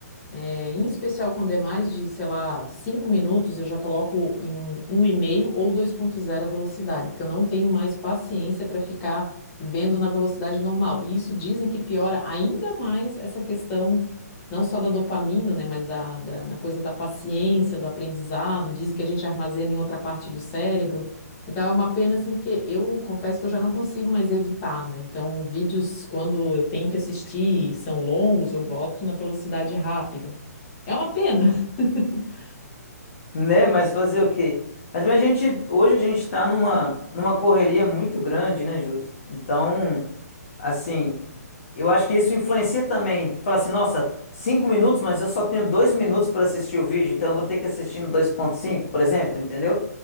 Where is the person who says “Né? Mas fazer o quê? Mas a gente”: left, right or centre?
Left